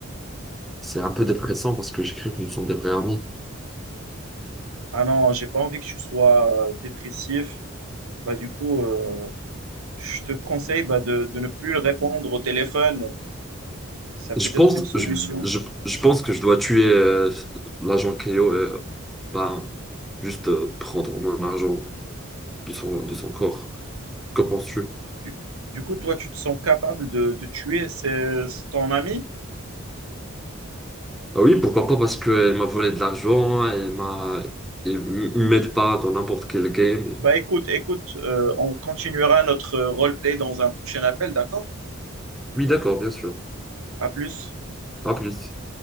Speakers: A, in the centre; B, on the right.
A: C'est un peu dépressant parce que j'ai cru que nous sommes des vrais amis.
B: Ah non, j'ai pas envie que tu sois euh, dépressif. Bah du coup, euh, je te conseille bah, de, de ne plus répondre au téléphone. Ça
A: Je
B: peut
A: pense,
B: être une solution.
A: je, je, je pense que je dois tuer euh, l'agent Keo et euh, ben, juste euh, prendre mon argent de son, de son corps. que penses-tu?
B: Du, du coup, toi, tu te sens capable de, de tuer ce- ton ami?
A: Ah oui, pourquoi pas, parce qu'elle m'a volé de l'argent, elle m'a, elle m- m'aide pas dans n'importe quel game.
B: Bah écoute, écoute, euh, on continuera notre roleplay dans un prochain appel, d'accord?
A: Oui, d'accord, bien sûr.
B: À plus.
A: À plus.